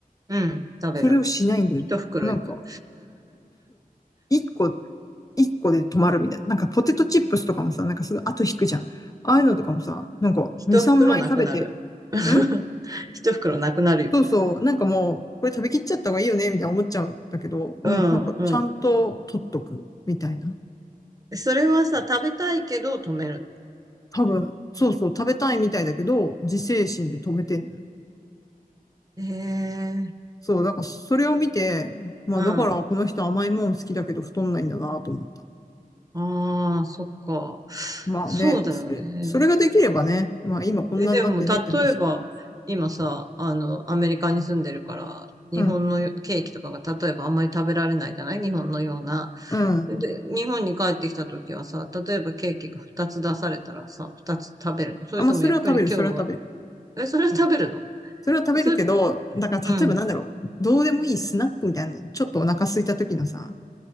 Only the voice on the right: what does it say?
うん、食べる。
一袋いく。
一袋なくなる。<laughs>
一袋なくなるよ。
うん、うん。
それはさ、食べたいけど止めるの。
ええ
うん。ああ、そっか。
そうだよね。
え、でも、例えば、今さ、あの、アメリカに住んでるから、日本のケーキとかが、
例えばあんまり食べられないじゃない日本のような。
で、日本に帰ってきた時はさ、例えばケーキが2つ出されたらさ、2つ食べるのそれともやっぱり今日は、
え、それは食べるの
え <laughs> それ、
うん。